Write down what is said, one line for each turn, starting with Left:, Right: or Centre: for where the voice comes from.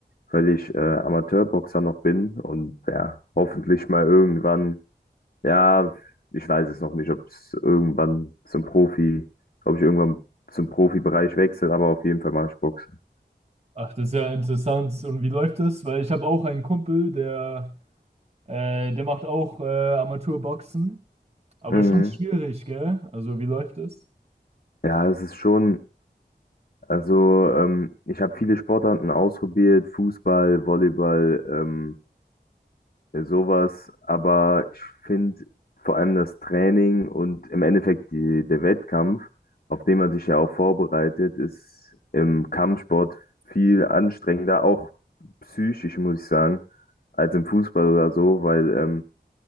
Left: weil ich äh, Amateurboxer noch bin und ja, hoffentlich mal irgendwann, ja, ich weiß es noch nicht, ob es irgendwann zum Profi, ob ich irgendwann zum Profibereich wechsle, aber auf jeden Fall mache ich Boxen.
Right: Ach, das ist ja interessant. Und wie läuft das? Weil ich habe auch einen Kumpel, der, äh, der macht auch äh, Amateurboxen. Aber
Left: Mhm.
Right: schon schwierig, gell? Also, wie läuft es?
Left: Ja, es ist schon, also ähm, ich habe viele Sportarten ausprobiert, Fußball, Volleyball, ähm, äh, sowas, aber ich finde vor allem das Training und im Endeffekt die, der Wettkampf, auf den man sich ja auch vorbereitet, ist im Kampfsport viel anstrengender, auch psychisch, muss ich sagen, als im Fußball oder so, weil ähm,